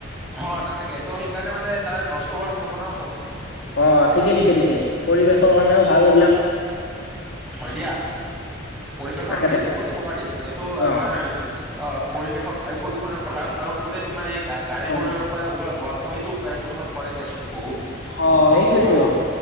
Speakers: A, in the centre; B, on the left.
A: হ নাথাকে ত' সেইকাৰণে মানে তাৰ নষ্ট হোৱাৰ সম্ভাৱনাও কম তোমাৰ।
B: অ' ঠিকে ঠিকে ঠিকে। পৰিবেশৰ কাৰণেও ভাল এইবিলাক।
A: হয় দিয়া, পৰিৱেশৰ
B: তাকে
A: বাবে
B: তাকে
A: ই বহুত উপকাৰী, যিহেতু আমাৰ
B: অ
A: অ পৰিৱেশৰ বায়ু প্ৰদূষণৰ প্ৰধান কাৰক বোলে তোমাৰ এই গাড়ীবোৰৰ
B: হয় হয়
A: পৰা ওলোৱা ধোঁৱাসমূহেইতো বায়ু প্ৰদূষণ কৰে দিয়াচোন বহুত
B: অ
A: অংশত।
B: সেইটোয়েতো
A: ত'